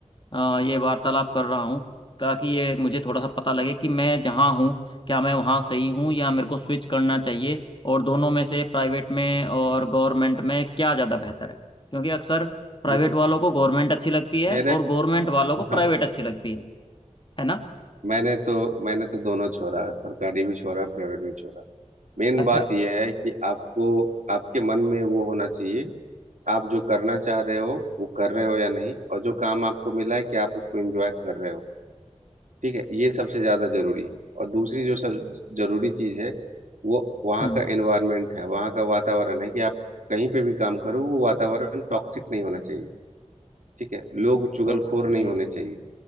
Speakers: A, on the left (about 40°); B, on the right (about 85°).
A: अ, ये वार्तालाप कर रहा हूँ ताकि ये मुझे थोड़ा सा पता लगे कि मैं जहाँ हूँ क्या मैं वहाँ सही हूँ या मेरे को स्विच करना चाहिए और दोनों में से प्राइवेट में और गवर्नमेंट में क्या ज़्यादा बेहतर है क्योंकि अक्सर प्राइवेट
B: देखिए
A: वालों को गवर्नमेंट अच्छी लगती है
B: मेरे
A: और गवर्नमेंट वालों को प्राइवेट
B: हाँ
A: अच्छी लगती है है ना
B: मैंने तो मैंने तो दोनों छोड़ा है सरकारी भी छोड़ा प्राइवेट भी छोड़ा मेन
A: अच्छा
B: बात यह है कि आपको आपके मन में वो होना चाहिए आप जो करना चाह रहे हो वो कर रहे हो या नहीं और जो काम आपको मिला है कि आप उसको एंजॉय कर रहे हो ठीक है ये सबसे ज्यादा जरूरी है और दूसरी जो सब जरूरी चीज है वो वहाँ
A: हम्म
B: का एनवायरनमेंट है वहाँ का वातावरण है कि आप कहीं पे भी काम करो वो वातावरण टॉक्सिक नहीं होना चाहिए ठीक है लोग चुगलखोर
A: ओके
B: नहीं होने चाहिए